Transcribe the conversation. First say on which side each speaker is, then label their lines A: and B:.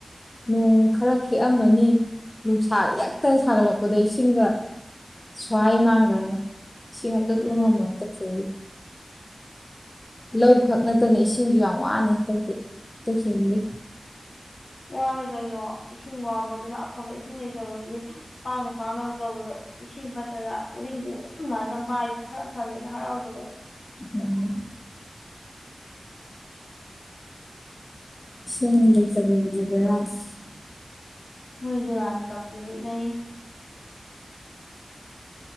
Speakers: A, on the left; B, on the left.
A: ꯅꯣꯡ ꯈꯔ ꯦꯑꯝꯃꯅꯤ ꯅꯨꯡꯁꯥ ꯌꯦꯛꯇꯅ ꯁꯥꯒꯠꯂꯛꯄꯗ ꯏꯁꯤꯡꯒ ꯁ꯭ꯋꯥꯏ ꯃꯥꯡꯈ꯭ꯔꯅꯤ ꯏꯁꯤꯡ ꯑꯝꯇ
B: ꯎꯝ
A: ꯇꯨꯡꯉꯝꯃꯣꯏꯅ ꯇꯧꯁꯏ ꯂꯧ ꯈꯛ ꯅꯠꯇꯅ ꯏꯁꯤꯡꯁꯨ ꯌꯥꯝ ꯋꯥꯅꯦ ꯍꯟꯇꯛꯇ ꯇꯁꯜꯂꯤ
B: ꯋꯥꯔꯦ ꯀꯩꯅꯣ ꯏꯁꯤꯡ ꯋꯥꯕꯗꯨꯅ ꯑꯐꯕ ꯏꯁꯤꯡ ꯂꯩꯇꯕꯒꯤ ꯄꯥꯛꯅ ꯄꯥꯛꯅꯕ ꯇꯧꯕꯗꯣ ꯏꯁꯤꯡ ꯈꯛꯇꯗ ꯎꯔꯤꯡꯗꯤ ꯎꯔꯤꯪ ꯉꯥꯛꯇ ꯃꯥꯏ ꯈꯔ ꯐꯔꯦꯅ ꯍꯔꯥꯎꯗꯕꯗꯣ
A: ꯎꯝ <unintelligible>
B: ꯃꯣꯏꯗꯨꯔꯥꯟ ꯀꯞꯇꯗꯤ ꯅ